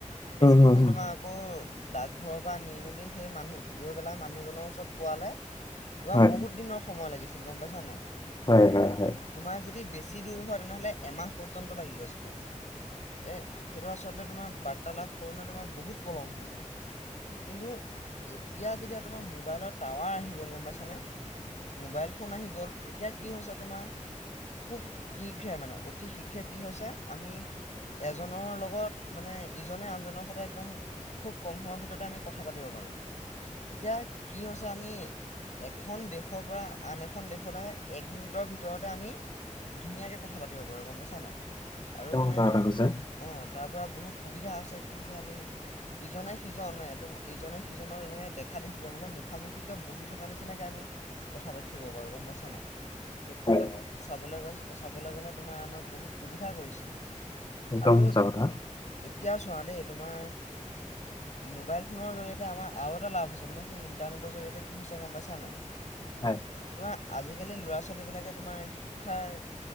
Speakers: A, on the left; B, on the left.
A: সেই চিঠিখন
B: হয়,
A: তোমাৰ আকৌ, ডাকঘৰৰ পৰা নি মেলি সেই মানুহ গৈ পেলাই মানুহজনৰ ওচৰত পোৱালে তোমাৰ
B: হয়।
A: বহুত দিনৰ সময় লাগিছিল, গম পাইছা নাই?
B: হয়, হয়, হয়।
A: তোমাৰ যদি বেছি দূৰ হ'য় তেনেহ'লে এমাহ পৰ্যন্ত লাগি গৈছিলে, এ সেইটো আচলতে তোমাৰ বাৰ্তালাভ কৰোঁনে তোমাৰ বহুত পলম হৈ যায়, কিন্তু এতিয়া, যেতিয়া তোমাৰ মোবাইলত টাৱাৰ আহি গ'ল, গম পাইছানে, মোবাইল ফোন আহি গ'ল তেতিয়া কি হৈছে তোমাৰ, খুব শীঘ্ৰে মানে, অতি শীঘ্ৰে কি হৈছে আমি, এজনৰ লগত মানে ইজনে আনজনৰ সৈতে একদম, খুব কম সময়ৰ ভিতৰতে আমি কথা পাতিব পাৰোঁ। এতিয়া, কি হৈছে আমি এখন দেশৰ পৰা, আন এখন দেশলৈ, এক মিনিটৰ ভিতৰতে আমি ধুনীয়াকে কথা পাতিব পাৰো গম পাইছা নে নাই, আৰু মানে,
B: সঁচা কথা কৈছা।
A: অ' তাৰ পৰা বহুত সুবিধা হৈছে কি হৈছে আমি, ইজনে সিজনে, ইজনে সিজনক এনেকে দেখ দেখা দেখিকৈ মানে মুখামুখিকে বহি থকা নিচিনাকে আমি, কথা পাতি থাকিব পাৰো গম পাইছা নাই? সেই ক্ষেত্ৰত,
B: হয় হয়।
A: চাবলৈ গ'ই, চাবলৈ গ'লে তোমাৰ আমাৰ বহুত সুবিধা কৰিছে।
B: একদম
A: আৰু
B: সঁচা কথা।
A: এতিয়া চোৱা দেই তোমাৰ, মোবাইল ফোনৰ জৰিয়তে আমাৰ আৰু এটা লাভ হৈছে মানে সেই ইণ্টাৰনেটৰ জৰিয়তে কি হৈছে গম পাইছা নাই,
B: হয়।
A: তোমাৰ আজিকালি ল'ৰা ছোৱালীবিলাকে তোমাৰ শিক্ষাৰ,